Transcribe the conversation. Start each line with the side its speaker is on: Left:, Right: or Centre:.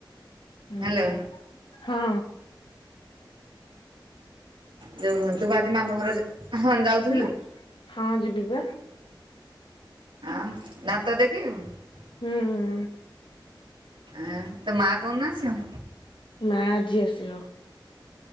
Left: ହୁଁ
Right: ହାଲୋ?
Left: ହଁ।
Right: ଯୋଉ ତୁ ବା ଆଜି ମାମୁଁ ଘର ଯା ହଁ ଯାଉଥିଲୁ?
Left: ହୁଁ ହଁ ଯିବି ବା
Right: ଆଉ ଦାନ୍ତ ଦେଖିଇବୁ?
Left: ହୁଁଁ।
Right: ଆଁ ତ ମାଆ କୋଉ ଦିନ ଆସିବ?
Left: ମା ଆଜି ଆସିବ।